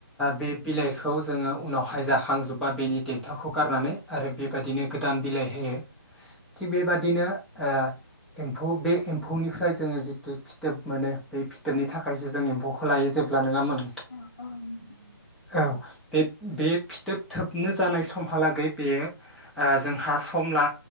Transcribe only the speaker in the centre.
बे बिलाइखौ जोङो उनावहाय जाखाजोब्बा बेनि देन्थाखौ गारनानै आरो बेबायदिनो गोदान बिलाइ होयो। थिग बेबादिनो ओ एम्फौ बे एम्फौनिफ्राय जोङो जिथु फिथोब मोनो बे फिथोबनि थाखायसो जों एम्फौखौ लायो जेब्ला नङा मोनो
औ बे बे। फिथोब थोबनो जानाय समहालागै बेयो ओ जोंहा सम ला